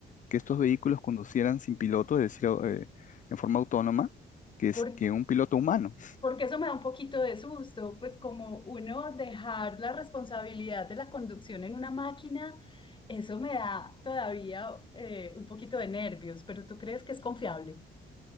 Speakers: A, on the left (about 40°); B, on the left (about 25°).
A: que estos vehículos conducieran sin piloto, es decir, au- eh, en forma autónoma, que, es-
B: por-
A: que un piloto humano.
B: porque eso me da un poquito de susto, pues como uno dejar la responsabilidad de la conducción en una máquina, eso me da todavía eh, un poquito de nervios, pero ¿tú crees que es confiable?